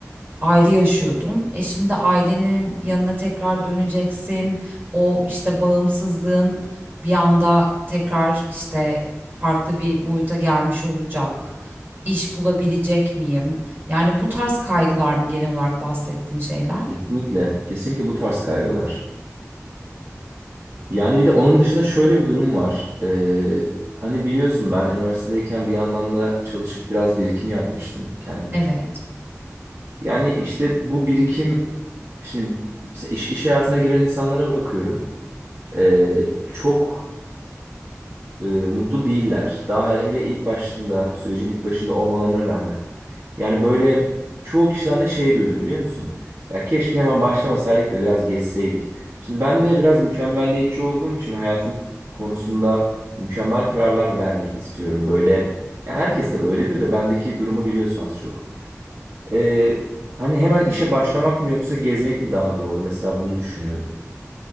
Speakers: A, on the right (about 40°); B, on the right (about 60°).
A: ayrı yaşıyordun. E şimdi ailenin yanına tekrar döneceksin. O işte bağımsızlığın bir anda tekrar işte farklı bir boyuta gelmiş olacak. İş bulabilecek miyim? Yani bu tarz kaygılar mı genel olarak bahsettiğin şeyler?
B: Kesinlikle, kesinlikle bu tarz kaygılar. Yani bir de onun dışında şöyle bir durum var. Ee, hani biliyorsun ben üniversitedeyken bir yandan da çalışıp biraz birikim yapmıştım kendime.
A: Evet.
B: Yani işte bu birikim şimdi mesela iş, iş hayatına giren insanlara bakıyorum. Ee, çok e, mutlu değiller. Daha hele ilk başında sürecin ilk başında olmalarına rağmen. Yani böyle çoğu kişiden de şey duydum biliyor musun? Ya keşke hemen başlamasaydık da biraz geçseydik. Şimdi ben de biraz mükemmelliyetçi olduğum için ve hayatım konusunda mükemmel kararlar vermek istiyorum. Böyle ya herkes tabii öyledir de bendeki durumu biliyorsun az çok. Ee, hani hemen işe başlamak mı yoksa gezmek mi daha doğru? Mesela bunu düşünüyorum.